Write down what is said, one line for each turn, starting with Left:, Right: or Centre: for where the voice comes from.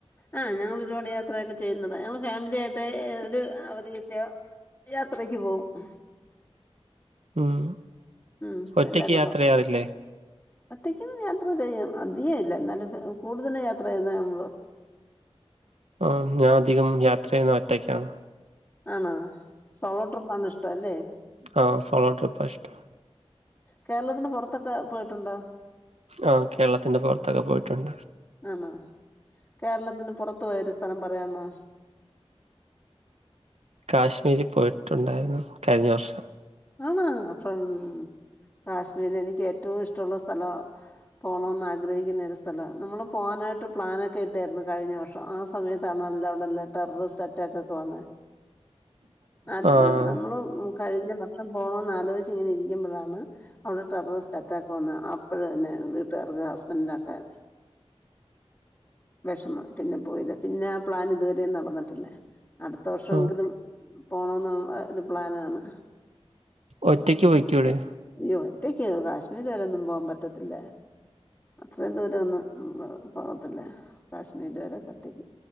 Left: ആഹ്, ഞങ്ങള് ഒരുപാട് യാത്രയൊക്കെ ചെയ്യുന്നതാ. ഞങ്ങള് ഫാമിലിയായിട്ടെ ഏഹ് ഒരു അവധി കിട്ടിയാ യാത്രയ്ക്ക് പോവും.
Right: ഉം,
Left: ഉം
Right: ഒറ്റക്ക്
Left: എല്ലാരും കൂടെ
Right: യാത്ര ചെയ്യാറില്ലേ?
Left: ഒറ്റയ്ക്കും യാത്ര ചെയ്യും. അധികല്ല എന്നാലും കൂടുതലും യാത്ര ചെയ്യുന്നതും
Right: ആഹ്, ഞാൻ അധികം യാത്ര ചെയ്യുന്നത് ഒറ്റക്കാണ്.
Left: ആണാ, സോളോ ട്രിപ്പാണ് ഇഷ്ടല്ലെ?
Right: ആഹ്, സോളോ ട്രിപ്പാ ഇഷ്ടം.
Left: കേരളത്തിന്റെ പുറത്തൊക്കെ പോയിട്ടുണ്ടൊ.?
Right: ആ കേരളത്തിന്റെ പൊറത്തൊക്കെ പോയിട്ടുണ്ട്.
Left: ആണോ. കേരളത്തിന് പുറത്തു പോയൊരു സ്ഥലം പറയാമോ?
Right: കാശ്മീരി പോയിട്ടുണ്ടായിരുന്നു. കഴിഞ്ഞ വർഷം.
Left: ആണ. അപ്പം കാശ്മീരി എനിക്ക് ഏറ്റവും ഇഷ്ടമുള്ള സ്ഥലവാ. പോണോന്ന് ആഗ്രഹിക്കുന്ന ഒരു സ്ഥലവാ. നമ്മള് പോവാനായിട്ട് പ്ലാനൊക്കെ ഇട്ടേരുന്നു കഴിഞ്ഞ വർഷം ആ സമയത്താണ്ല്ലാണ്ടല്ല, ടെററിസ്റ്റ് അറ്റാക്ക് ഒക്കെ വന്ന്.
Right: <inaudible>
Left: നാട്ട്
Right: ആഹ്
Left: <unintelligible> നമ്മള് കഴിഞ്ഞ വർഷം പോണോന്ന് ആലോയ്ച്ച് ഇങ്ങനെ ഇരിക്കുമ്പോഴാണ് അവിടെ ടെറെറെസ്റ്റ് അറ്റാക്ക് വന്ന്. അപ്പഴന്നെ വീട്ടുകാർക്ക് ഹസ്ബൻഡന്റൊക്കെ വെഷമം. പിന്നെ പോയില്ല. പിന്നെ ആ പ്ലാൻ ഇതുവരെ നടന്നിട്ടില്ല. അടുത്ത വർഷ
Right: ആഹ്
Left: എങ്കിലും, പോണം എന്നുള്ള ഒരു പ്ലാനാണ്.
Right: ഒറ്റയ്ക്ക് പൊയ്ക്കൂടേ?
Left: അയ്യോ ഒറ്റയ്ക്ക് കാശ്മീര് വരെ ഒന്നും പോകാൻ പറ്റത്തില്ല. അത്രയും ദൂരൊന്നും പോകത്തില്ല. കാശ്മീര് വരെ ഒക്കൊറ്റക്ക്.